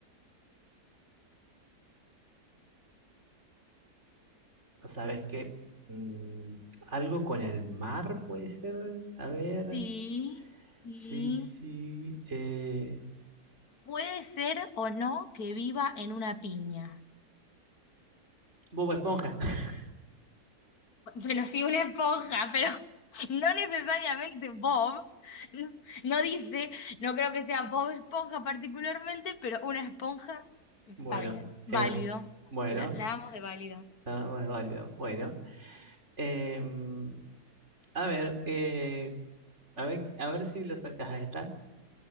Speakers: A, on the right (about 45°); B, on the left (about 70°).
A: ¿no ¿sabes qué? Mm, algo con el mar puede ser. A ver.
B: Sí, sí.
A: Sí, sí. Eh,
B: Puede ser o no que viva en una piña.
A: Bob Esponja. <laughs>
B: pero sí una esponja, pero <laughs> no necesariamente Bob. No, no dice, no creo que sea Bob Esponja particularmente, pero una esponja está
A: Bueno,
B: bien,
A: era
B: válido.
A: una- Bueno,
B: La, la amo de válido.
A: nada más válido. Bueno. em, a ver, eh, a ver, a ver si lo sacas a esta.